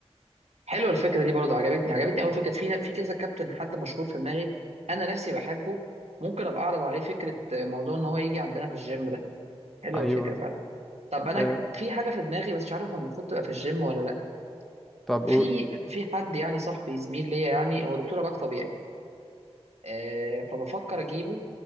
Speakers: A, on the right (about 80°); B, in the centre.
A: حلوه الفكره دي برضو عجبتني عجبتني اول فكره في في كذا كابتن حد مشهور في دماغي انا نفسي بحبه ممكن ابقى اعرض عليه فكره آه، موضوع ان هو يجي عندنا في الجيم ده حلوه
B: ايوه
A: الفكره فعلا طب انا
B: آه،
A: ج- في حاجه في دماغي بس مش عارف المفروض تبقى في الجيم ولا
B: طب قول
A: في في حد يعني صاحبي زميل ليا يعني هو دكتور علاج طبيعي آه فبفكر اجيبه